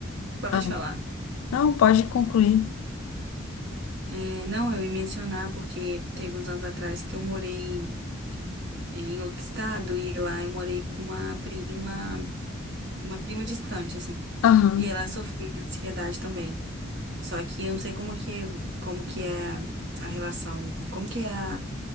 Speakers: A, on the right (about 60°); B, on the left (about 85°).
A: Pode
B: ah,
A: falar.
B: não, pode concluir.
A: É, não, eu ia mencionar porque teve uns anos atrás que eu morei é, em outro estado e lá eu morei com uma prima, uma prima distante, assim.
B: Aham,
A: E ela sofria de ansiedade também. Só que eu não sei como que, como que é a relação, como que é a,